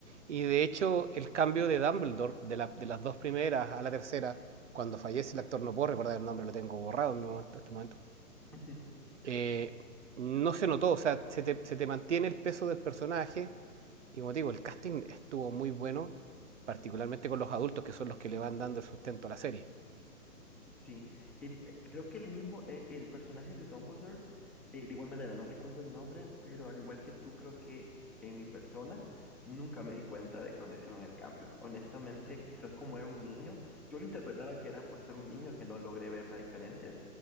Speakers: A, on the right; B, in the centre.
A: Y de hecho, el cambio de Dumbledore, de, la- de las dos primeras a la tercera, cuando fallece el actor, no puedo recordar el nombre, lo tengo borrado en mi momento- este momento,
B: <laughs>
A: eh, no se notó, o sea, se te, se te mantiene el peso del personaje. Y como te digo, el casting estuvo muy bueno, particularmente con los adultos, que son los que le van dando el sustento a la serie.
B: Sí, el, eh, creo que el mismo, eh, el personaje de Dumbledore, eh, de igual manera, no recuerdo el nombre, pero al igual que tú, creo que en mi persona nunca me di cuenta de cuando hicieron el cambio. Honestamente, quizás como era un niño, yo lo interpretaba que era por ser un niño que no logré ver la diferencia,